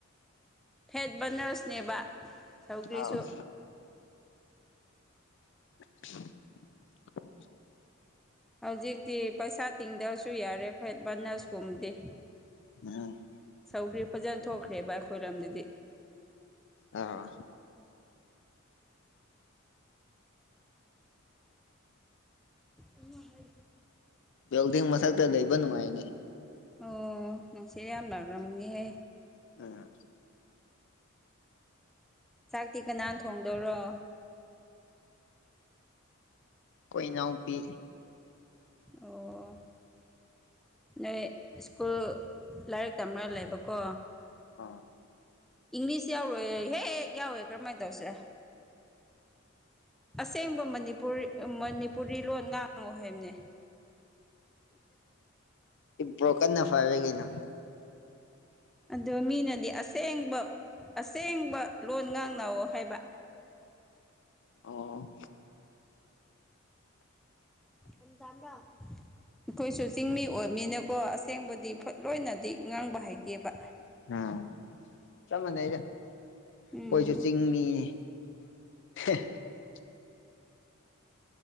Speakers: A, in the centre; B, on the left (about 60°).
A: ꯐꯦꯠ ꯕꯔꯅꯔꯁꯅꯦꯕ ꯁꯧꯗ꯭ꯔꯤꯁꯨ
B: ꯑꯥꯎ <unintelligible>
A: ꯍꯧꯖꯤꯛꯇꯤ ꯄꯩꯁꯥ ꯇꯤꯡꯗꯕꯁꯨ ꯌꯥꯔꯦ ꯐꯦꯠꯚꯅꯁꯀꯨꯝꯗꯤ
B: ꯎꯝ
A: ꯁꯧꯒ꯭ꯔꯤ ꯐꯖꯅ ꯊꯣꯛꯈ꯭ꯔꯦꯕ ꯑꯩꯈꯣꯏꯔꯣꯝꯗꯗꯤ
B: ꯑꯥ
A: ꯎꯃ ꯍꯥꯏ
B: ꯕꯤꯜꯗꯤꯡ ꯃꯊꯛꯇ ꯂꯩꯕ ꯅꯨꯡꯉꯥꯏꯅꯤ
A: ꯑꯣ ꯅꯅꯨꯡꯁꯤꯔꯤ ꯌꯥꯝ ꯂ꯭ꯔꯝꯒꯦꯍꯦ
B: ꯑꯥ
A: ꯆꯥꯛꯇꯤ ꯀꯅꯥꯅ ꯊꯣꯡꯗꯧꯔꯣ
B: ꯀꯣꯏꯅꯥꯎ ꯄꯤ
A: ꯑꯣ ꯅꯣꯏ ꯁ꯭ꯀꯨꯜ ꯂꯥꯏꯔꯤꯛ ꯇꯝꯅ ꯂꯩꯕꯀꯣ
B: ꯑꯝ
A: ꯏꯪꯂꯤꯁ ꯌꯥꯎꯔꯣꯏ ꯍꯦꯛꯦꯛ ꯌꯥꯎꯋꯦ ꯀꯔꯃꯥꯏꯅ ꯇꯧꯁꯦ ꯑꯁꯦꯡꯕ ꯃꯅꯤꯄꯨꯔꯤ ꯃꯅꯤꯄꯨꯔꯤ ꯂꯣꯟ ꯉ ꯋꯥꯍꯩꯕꯅꯦ
B: ꯭ꯔꯣꯀ ꯅ ꯐꯔꯦꯒꯅ
A: ꯑꯗꯣ ꯃꯤꯅꯗꯤ ꯑꯁꯦꯡꯕ ꯑꯁꯦꯡꯕ ꯂꯣꯟ ꯉꯥꯡꯅꯅꯥꯑꯣ ꯍꯥꯏꯕ
B: ꯑ
A: ꯎꯝ ꯇꯝ꯭ꯔ ꯑꯩꯈꯣꯏꯁꯨ ꯆꯤꯡꯃꯤ ꯑꯣꯏꯕꯅꯤꯅꯀꯣ ꯑꯁꯦꯡꯕꯗꯤ ꯂꯣꯏꯅꯗꯤ ꯉꯥꯡꯕ ꯍꯩꯇꯦꯕ
B: ꯎꯝ ꯆꯞ ꯃꯥꯟꯅꯩꯗ
A: ꯎꯝ
B: ꯑꯩꯣꯏꯁꯨ ꯆꯤꯡꯃꯤ <unintelligible>